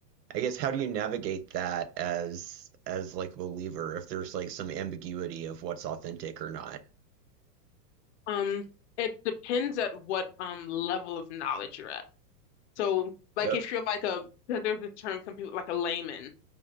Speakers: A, on the right (about 75°); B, on the left (about 45°).
A: I guess how do you navigate that as as like a believer if there's like some ambiguity of what's authentic or not?
B: Um, it depends at what um level of knowledge you're at. So, like
A: Oh,
B: if you're like a 'cause there's a term some people like a layman.